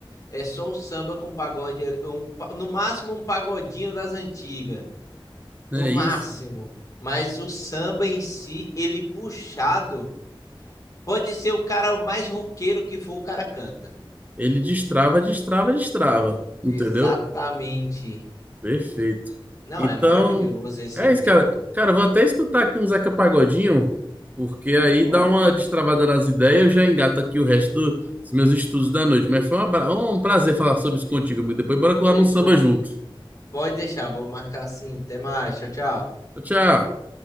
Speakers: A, on the left (about 40°); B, on the right (about 20°).
A: É só o samba com pagode, um pa- no máximo um pagodinho das antigas, no
B: É
A: máximo.
B: isso.
A: Mas o samba em si, ele puxado, pode ser o cara mais roqueiro que for, o cara canta.
B: Ele destrava, destrava, destrava. Entendeu?
A: Exatamente.
B: Perfeito.
A: Não,
B: Então,
A: é maravilhoso esse
B: é
A: clima.
B: isso, cara. Cara, eu vou até escutar aqui um Zeca Pagodinho, porque aí dá uma destravada nas ideias e eu já engato aqui o resto do- dos meus estudos da noite. Mas foi um abra- um prazer falar sobre isso contigo, amigo. Depois bora colar
A: Fechou.
B: num samba junto.
A: Pode deixar, vou marcar assim. Até mais. Tchau, tchau.
B: Tchau, tchau.